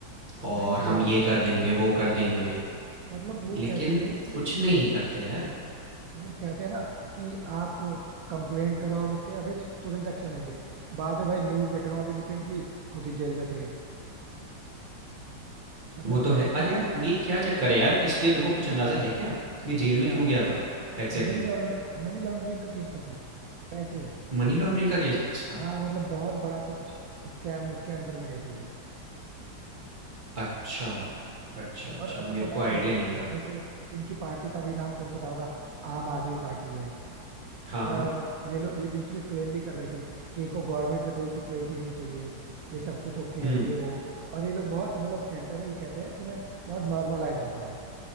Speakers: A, on the right; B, on the right.
A: और
B: वही
A: हम
B: कहना
A: ये
B: चाहता
A: कर देंगे,
B: हूँ यार
A: वो कर देंगे।
B: मतलब वो
A: लेकिन
B: कहते थे कि
A: कुछ नहीं करते यार।
B: मतलब कहते हैं ना कि आप कंप्लेंट करो हम उसके अगेंस्ट तुरंत एक्शन लेंगे बाद में भाई न्यूज देख रहा हूँ अभी रिसेंटली खुद ही जेल में थे मतलब
A: वो
B: सोचो
A: तो है। अरे
B: किसी
A: यार, ये क्या चक्कर है यार? किसलिए तुमको कुछ अंदाज़ा है क्या? ये जेल में
B: क्या
A: क्यों गया था? एग्ज़ैक्टली
B: मनी लॉन्ड मनी लॉन्ड्रिंग का केस था कुछ पैसे ही।
A: मनी लॉन्ड्रिंग का केस था?
B: हाँ मतलब बहुत बड़ा कुछ स्कैम उसके अंडर में गए थे ये
A: अच्छा। अच्छा, अच्छा।
B: और अच्छा
A: मेरे
B: पता
A: को
B: है
A: आईडिया
B: तुम्हें
A: नहीं था।
B: वैसे इनकी पार्टी का भी नाम तुम्हें पता होगा आम आदमी पार्टी है
A: हाँ, हाँ।
B: और ये लोग ये बीच में क्लेम भी कर रहे थे कि इनको गवर्नमेंट से कोई सिक्योरिटी नहीं चाहिए ये सब कुछ ओके है
A: हुँ।
B: ये वो और ये लोग बहुत मतलब कहते हैं ना ये कहते हैं कि मैं बहुत नॉर्मल लाइफ जीता हूँ